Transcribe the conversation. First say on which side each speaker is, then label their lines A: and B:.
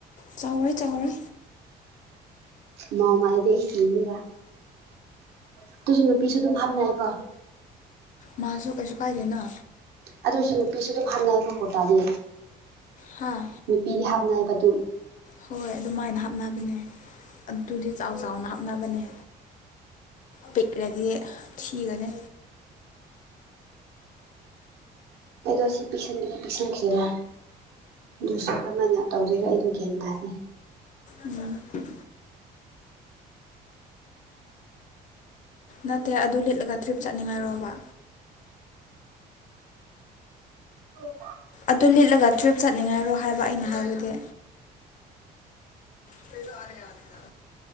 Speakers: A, on the left; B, on the right.
A: ꯆꯧꯔꯣꯏ ꯆꯧꯔꯣꯏ
B: ꯃꯑꯣ ꯃꯥꯥꯏꯗꯤ ꯀꯅꯤꯕ ꯑꯗꯨꯁꯨ ꯅꯨꯄꯤꯁꯨ ꯑꯗꯨꯝ ꯍꯥꯞꯅꯩꯀꯣ
A: ꯃꯥꯁꯨ ꯀꯁꯁꯨ ꯀꯥꯏ ꯂꯩꯦꯅ
B: ꯑꯗꯨ ꯑꯣꯏꯔꯁꯨ ꯅꯨꯄꯤꯁꯨ ꯑꯗꯨꯝ ꯍꯥꯞꯅꯀꯣꯀꯣꯇꯥꯥꯗꯤ
A: ꯍꯥꯥ
B: ꯅꯨꯄꯤꯗꯤ ꯍꯥꯞꯅꯏꯕ ꯑꯗꯨꯝ
A: ꯍꯣꯏ ꯑꯗꯨꯃꯥꯏꯅ ꯍꯥꯞꯅꯕꯅꯦ ꯑꯗꯨꯗꯤ ꯆꯥꯎ ꯆꯥꯎꯅ ꯍꯥꯞꯅꯕꯅꯦ ꯄꯤꯛ꯭ꯔꯦꯗꯤ ꯊꯤꯒꯅꯦ
B: ꯑꯩꯗꯣ ꯁꯤ ꯄꯤꯛꯁꯤꯟꯕꯗꯤ ꯄꯤꯛꯁꯤꯟꯈꯤꯔ ꯑꯗꯨꯁꯨ ꯀꯔꯝꯍ ꯍꯥꯏꯅ ꯇꯧꯗꯣꯏꯔꯣ ꯑꯩ ꯒ꯭ꯌꯥꯟ ꯇꯥꯅꯤ
A: ꯎꯝ ꯅꯠꯇꯦ ꯑꯗꯨ ꯂꯤꯠꯂꯒ ꯇ꯭ꯔꯤꯞ ꯆꯠꯅꯤꯡꯉꯥꯏꯔꯕ
B: ꯆ
A: ꯑꯗꯨ ꯂꯤꯠꯂꯒ ꯇ꯭ꯔꯤꯞ ꯆꯠꯅꯤꯡꯉꯥꯏꯔꯣ ꯍꯥꯏꯕ ꯑꯩꯅ ꯍꯥꯏꯕꯗꯤ ꯐ ꯑꯔꯦꯅꯤꯗ